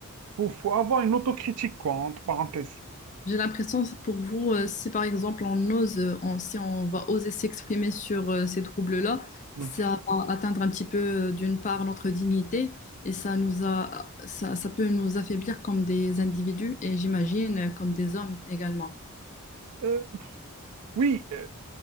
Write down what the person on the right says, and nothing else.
Faut, faut avoir une autocritique, quoi, entre parenthèses.
Mm.
Euh, oui, euh,